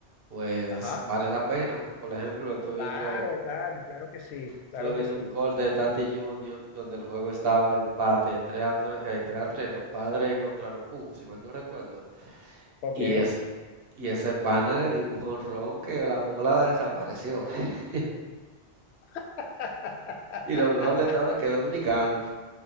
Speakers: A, on the right; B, on the left.
A: pues
B: Ajá.
A: vale la pena. Por ejemplo, estoy
B: Claro,
A: viendo,
B: claro, claro que sí,
A: estuve
B: claro
A: viendo
B: que sí.
A: un corte de Tati Junior donde el juego estaba empate 3 a 3, eh, 3 a 3, los padres contra los Cubs, si mal no recuerdo.
B: Ok.
A: Y es Y ese pana le dio un jonrón que la bola la desapareció. <laughs>
B: <laughs>
A: Y lo mejor de todo es que es dominicano,